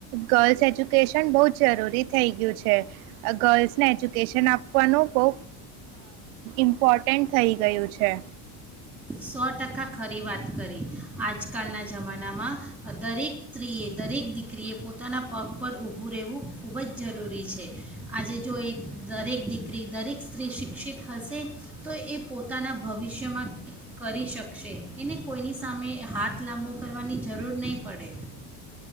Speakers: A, on the right; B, in the centre.
A: ગર્લ્સ એજ્યુકેશન બહુ જ જરૂરી. થઈ ગયું છે. ગર્લ્સને એજ્યુકેશન આપવાનું બહુ ઇમ્પોર્ટન્ટ થઈ ગયું છે
B: સો ટકા ખરી વાત કરી આજકાલના જમાનામાં દરેક સ્ત્રીએ દરેક દીકરીએ પોતાના પગ પર ઊભું રહેવું ખૂબ જ જરૂરી છે આજે જો એ દરેક દીકરી દરેક સ્ત્રી શિક્ષિત હશે તો એ પોતાના ભવિષ્યમાં કરી શકશે એને કોઈની સામે હાથ લાંબો કરવાની જરૂર નહીં પડે